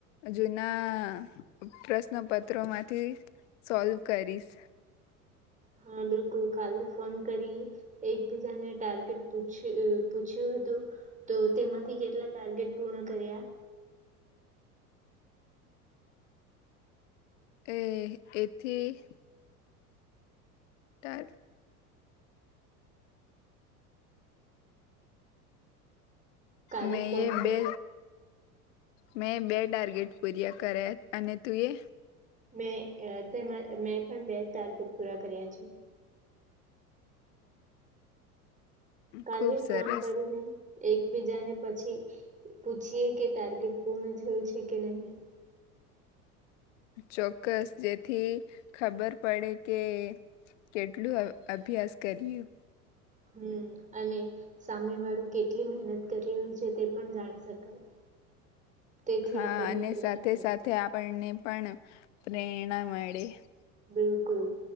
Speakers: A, on the left; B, on the right.
A: જુના પ્રશ્ન પત્રો માંથી સોલ્વ કરીશ
B: હા બિલકુલ કાલ ફોન કરીએ એકબીજાને ટાર્ગેટ પૂછ્યું પૂછ્યું હતું તો તેમાંથી કેટલા ટાર્ગેટ પૂર્ણ કર્યા
A: એ એથી તાર
B: કાલે
A: મે
B: ફોન
A: એ
B: પર
A: બે મેં બે ટાર્ગેટ પૂર્યા કર્યા, અને તું એ?
B: મે અ તે મેં પણ બે ટાર્ગેટ પૂરા કર્યા છે. કાલે
A: ખુબ
B: ફોન
A: સરસ
B: કરીને એકબીજાને પછી પૂછીએ કે ટાર્ગેટ પૂર્ણ થયું છે કે નહીં.
A: ચોક્કસ જેથી ખબર પડે કે કેટલું અ અભ્યાસ કરીયું.
B: હમ્મ અને સામે વાળું કેટલી મહેનત કરી રહ્યું છે તે પણ જાણી શકાય. <inaudible> તેથી
A: હા
B: આપણને
A: અને
B: પ્રેરણા
A: સાથે
B: મળે
A: સાથે આપણને પણ પ્રેરણા મળે.
B: બિલકુલ.